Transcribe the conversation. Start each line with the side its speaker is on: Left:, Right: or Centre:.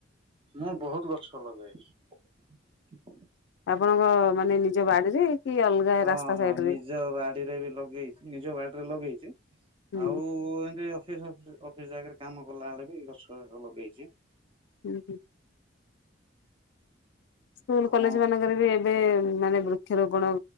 Right: ମୁଁ ବହୁତ ଗଛ ଲଗାଏ।
Left: ଆପଣଙ୍କମାନେ ନିଜ ବାଡିରେ। କି ଅଲଗା
Right: ହଁ
Left: ରାସ୍ତା
Right: ହଁ
Left: ସାଇଡ
Right: ନିଜ
Left: ରେ
Right: ବାଡ଼ିରେ ବି ଲଗେଇଚି, ନିଜ ବାଡିରେ ଲଗେଇଚି।
Left: ହୁଁ।
Right: ଆଉ ଏମତି ଅଫିସ ଅଫିସ ଆଗରେ କାମ କଲା ବେଳେ ବି ଗଛ ଲଗେଇଛି।
Left: ହୁଁ ହୁଁ ସ୍କୁଲ
Right: ଆମ
Left: କଲେଜମାନଙ୍କରେ ବି ଏବେମାନେ ବୃକ୍ଷରୋପଣ।